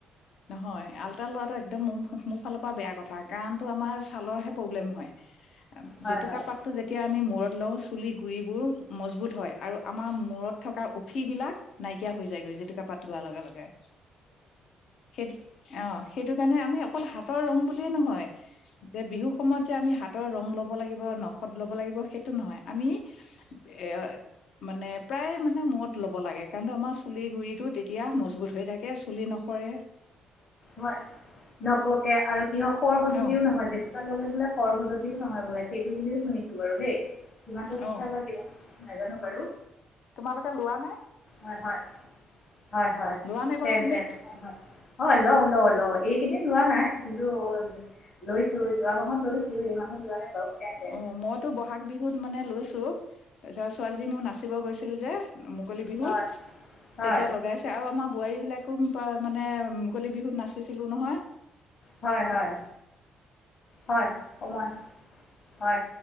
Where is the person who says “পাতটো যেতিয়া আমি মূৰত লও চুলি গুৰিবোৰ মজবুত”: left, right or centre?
Left